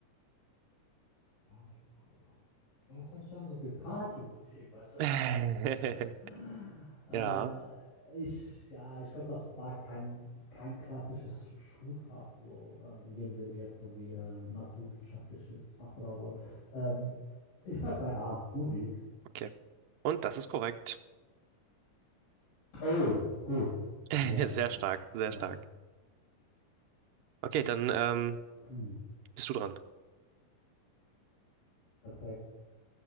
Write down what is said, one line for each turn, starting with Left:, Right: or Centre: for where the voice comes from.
Left: Partitur. Ja, das hört sich an so wie Partymusik, <laughs> weißt du, was
Right: <laughs>
Left: ich meine? <laughs> Äh,
Right: Ja,
Left: ich, ja, ich glaube, das war kein, kein klassisches Schulfach, so ähm, in dem Sinne jetzt so wie äh, naturwissenschaftliches Fach oder so. Ähm, ich bleib bei A, Musik.
Right: okay. Und das ist korrekt.
Left: Oh, gut,
Right: <laughs>
Left: sehr gut,
Right: Sehr stark, sehr
Left: klasse.
Right: stark. Okay, dann ähm,
Left: Hm,
Right: bist du dran.
Left: perfekt.